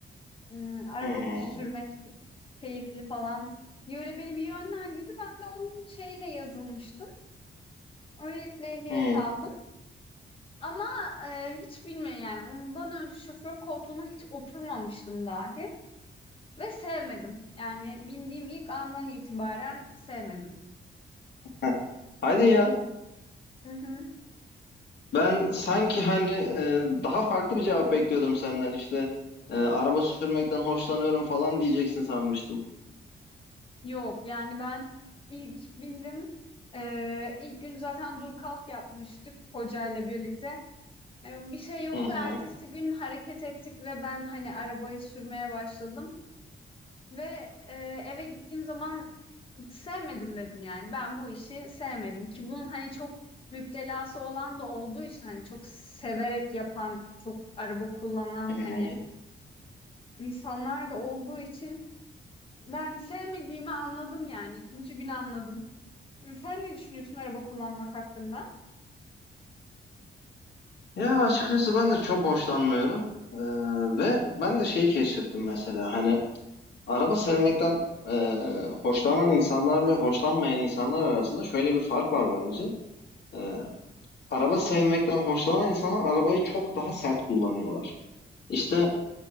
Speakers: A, on the left (about 30°); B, on the left (about 65°).
A: Hmm, araba
B: Hı hı.
A: sürmek keyifli falan. diye Öyle beni bir yönlendirdi. Ben de onun şeyle yazılmıştım. Öylelikle ehliyet
B: Hı.
A: aldım. Ama e, hiç bilmiyorum yani ondan önce şoför koltuğuna hiç oturmamıştım dahi. Ve sevmedim. Yani bindiğim ilk andan itibaren sevmedim.
B: Heh, Hadi ya.
A: Hı hı.
B: Ben sanki hani e, daha farklı bir cevap bekliyordum senden işte e, araba sürmekten hoşlanıyorum falan diyeceksin sanmıştım.
A: Yok yani ben ilk bindim. Ee, ilk gün zaten dur kalk yapmıştık hocayla birlikte. Ee, Bir şey yoktu.
B: Hı hı,
A: Ertesi gün hareket ettik ve ben hani arabayı sürmeye başladım. Ve e, eve gittiğim zaman sevmedim dedim yani. Ben bu işi sevmedim ki bunun hani çok müptelası olan da olduğu için hani çok severek yapan, çok araba kullanan
B: hı
A: hani
B: hı.
A: insanlar da olduğu için ben sevmediğimi anladım yani. İkinci gün anladım. Sen ne düşünüyorsun araba kullanmak hakkında?
B: Ya açıkçası ben de çok hoşlanmıyorum E, ve ben de şeyi keşfettim mesela hani araba sevmekten e, hoşlanan insanlar ve hoşlanmayan insanlar arasında şöyle bir fark var bence. E, araba sevmekten hoşlanan insanlar arabayı çok daha sert kullanıyorlar. İşte